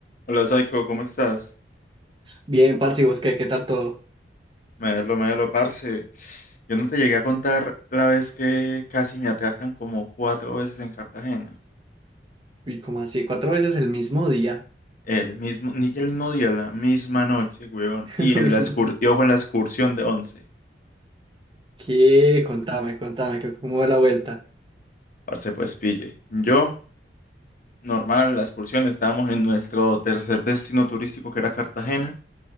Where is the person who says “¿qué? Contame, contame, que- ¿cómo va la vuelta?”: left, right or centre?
Right